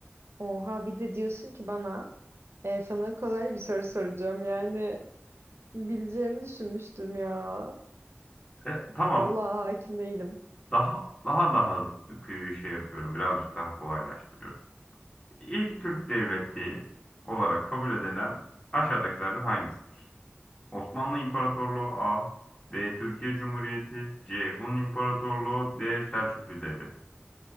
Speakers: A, on the right; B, on the left.
A: Oha bir de diyorsun ki bana E, sana kolay bir soru soracağım. Yani bileceğimi düşünmüştüm ya.
B: E, tamam.
A: Vallahi hakim değilim.
B: Daha daha daha kıyı şey yapıyorum. Birazcık daha kolaylaştırıyorum. İlk Türk devleti olarak kabul edilen aşağıdakilerden hangisidir? Osmanlı İmparatorluğu A, B Türkiye Cumhuriyeti, C Hun İmparatorluğu, D Selçuklu Devleti.